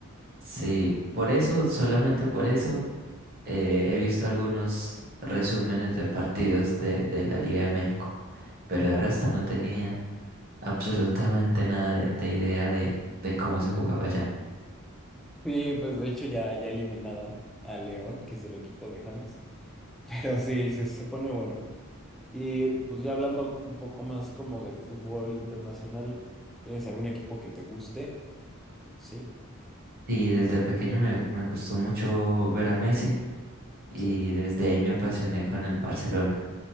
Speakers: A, on the right; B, in the centre.
A: Sí, por eso, solamente por eso, eh, he visto algunos resúmenes de partidos de, de la Liga de México, pero de resto no tenía. absolutamente nada de, de idea de, de cómo se jugaba allá.
B: Sí, pues de hecho ya, ya eliminaron a León, que es el equipo de James, <laughs> pero sí, se, se pone bueno. Y pues ya hablando un poco más como de fútbol internacional, ¿tienes algún equipo que te guste? Sí,
A: Y desde pequeño me, me gustó mucho ver a Messi y
B: sí,
A: desde ahí me apasioné con el Barcelona.